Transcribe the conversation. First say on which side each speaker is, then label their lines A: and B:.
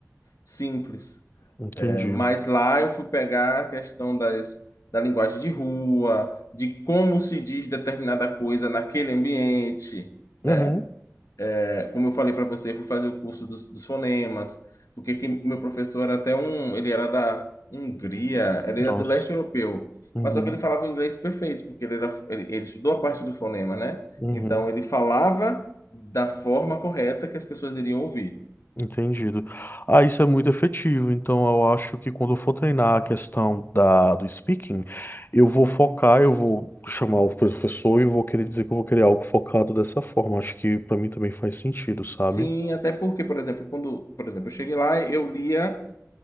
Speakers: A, on the left (about 85°); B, on the left (about 40°).
A: simples.
B: Entendi.
A: É, mas lá eu fui pegar a questão das, da linguagem de rua, de como se diz determinada coisa naquele ambiente, né?
B: Uhum.
A: É, como eu falei para você, eu fui fazer o curso dos, dos fonemas, porque que meu professor era até um, ele era da Hungria, ele
B: Nossa.
A: era do leste europeu,
B: Uhum.
A: mas só que ele falava o inglês perfeito, porque ele, era, ele, ele estudou a parte do fonema, né?
B: Uhum.
A: Então ele falava da forma correta que as pessoas iriam ouvir.
B: Entendido. Ah, isso é muito efetivo. Então, eu acho que quando eu for treinar a questão da, do speaking, eu vou focar, eu vou chamar o professor e vou querer dizer que eu vou querer algo focado dessa forma. Acho que para mim também faz sentido, sabe?
A: Sim, até porque, por exemplo, quando, por exemplo, eu cheguei lá, eu lia